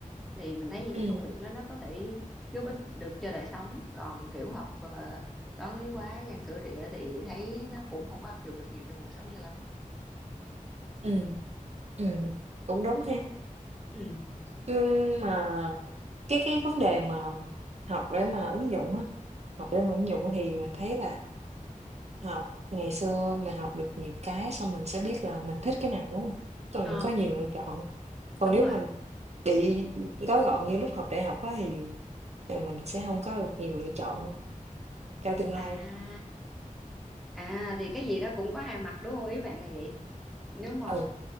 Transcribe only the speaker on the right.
ừm,
ừm, ừm, cũng đúng ha.
Ưm, mà cái cái vấn đề mà học để mà ứng dụng á, học để mà ứng dụng á thì mình thấy là học ngày xưa mình học được nhiều cái xong mình sẽ biết là mình thích cái nào, đúng hông? Xong
có nhiều lựa chọn. Còn
nếu
mình Bị gói gọn như lúc học đại học á thì, ờ, mình sẽ hông có được nhiều lựa chọn cho tương
lai.
Ừ,